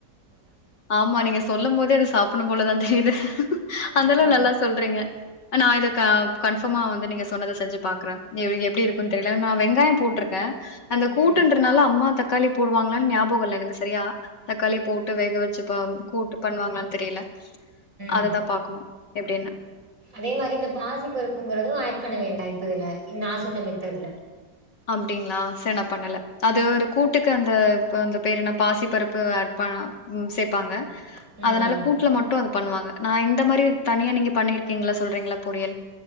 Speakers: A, on the left; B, on the right.
A: ஆமா நீங்க சொல்லும் போதே அத சாப்பனும் போலதான் தெரியுது <inaudible> அந்த
B: ம்
A: அளவு நல்லா சொல்றீங்க நான் இதை க கன்ஃபர்மா வந்து நீங்க சொன்னதை செஞ்சு பாக்குறேன் எ இவருக்கு எப்டி
B: ம்
A: இருக்கும் தெரியல நான் வெங்காயம் போட்ருக்கேன் அந்த
B: ம்
A: கூட்டுன்றனால அம்மா தக்க தக்காளி போடுவாங்களான்னு ஞாபகம்ல்லலை எனக்கு சரியா தக்காளி போட்டு வேக வச்சு கூட்டு பண்ணுவாங்களனு தெரியல அததான்
B: ம்
A: பாக்கணும் எப்படின்ணு
B: அதே மாரி இந்த பாசி பருப்புங்கிறதும் ஆட் பண்ண வேண்டாம் இப்பதுல நான் சொன்ன மெத்தர்ல
A: அப்படிங்களா சரி என்ன பண்ணல அது ஒரு கூட்டுக்கு அந்த இ அந்த பேரு என்ன பாசி பருப்பு ஆட் பண்ண ம் சேர்ப்பாங்க
B: ம் ம்
A: அதனால கூட்ல
B: ம்
A: மட்டும் அ பண்ணுவாங்க நான் இந்த மாதிரி தனியா நீங்க பண்ணிருக்கீங்களா சொல்றீங்களா புரியல்